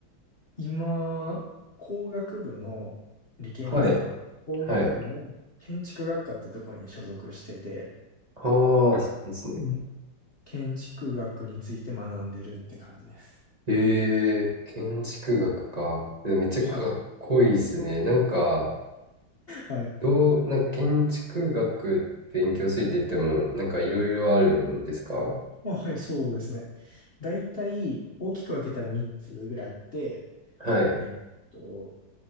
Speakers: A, on the left; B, on the right.
A: 今、工学部の理系なんですけど、
B: はい。
A: 工学部の建築学科ってとこに所属してて、
B: はい。ああ、そうですね。
A: うん。建築学について学んでるって感じです。
B: ええ、建築学か。でめっちゃかっこいいですね。
A: はい。
B: なんか、
A: はい。
B: どう、なんか建築学勉強するって言っても、なんかいろいろあるんですか
A: まあ、はい、そうですね。大体、大きく分けたら3つぐらいあって、
B: はい。
A: えーっと、